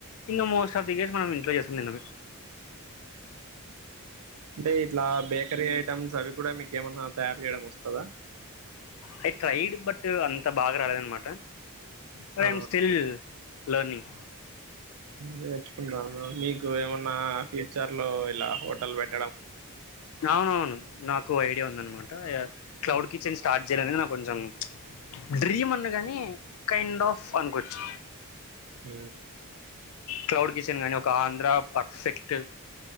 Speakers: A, on the left; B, on the right.
A: ఇన్న మోస్ట్ ఆఫ్ ది గేస్ మనం ఇంట్లో చేస్తుంది నిన్న
B: అంటే ఇట్లా బేకరీ ఐటమ్స్ అవి కూడా మీకు ఏమన్నా తయారు చేయడం వస్తుందా
A: అయి ట్రైడ్ బట్ అంత బాగా రాలేదు అనమాట బట్
B: ఆ
A: ఐ ఏం స్టీల్ లర్నింగ్
B: నేర్చుకుంటాను మీకు ఏమన్నా ఫ్యూచర్ లో ఇలా హోటల్ పెట్ట
A: అవునవును నాకు ఐడియా ఉంద అన్నమాట క్లౌడ్
B: మ్మ్.
A: కిచ్ అని స్టార్ట్ చేయాలనేది నాకు కొంచెం డ్రీమ్ అన్నగాని కైండ్ ఆఫ్ అనుకోొచ్చు
B: అ
A: క్లౌడ్ కిచెన్ గానీ ఒక ఆంధ్ర పర్ఫెక్ట్